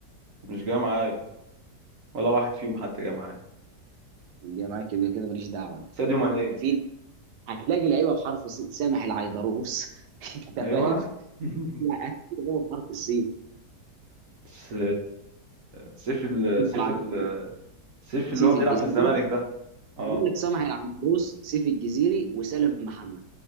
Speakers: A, on the right; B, on the right.
A: مش جاي معايا ولا واحد فيهم حتى جاي معايا
B: يبقى معاك يبقى كده ماليش دعوه أنا.
A: ساديو ماني
B: في هتلاقي لعيبه بحرف السين سامح العيدروس <laughs> انت
A: ايوه
B: فاهم؟
A: <laughs>
B: لا هتلاقي لعيبة بحرف السين
A: س... سيف ال...
B: سامح
A: سيف
B: العيدروس
A: ال... سيف
B: وسيف
A: اللي هو بيلعب
B: الجزيري
A: في الزمالك ده اه
B: بيقول لك سامح العيدروس سيف الجزيري وسالم محمد